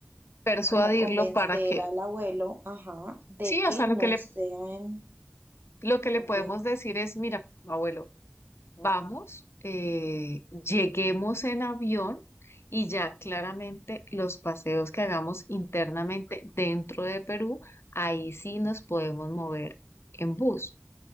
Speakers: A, on the left; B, on the right.
A: persuadirlo
B: como convencer
A: para que,
B: al abuelo, ajá, de
A: sí,
B: que
A: o sea,
B: no
A: lo que le,
B: sean,
A: lo que le
B: ok,
A: podemos decir es, mira, abuelo, vamos, eh, lleguemos en avión y ya claramente los paseos que hagamos internamente dentro de Perú, ahí sí nos podemos mover en bus.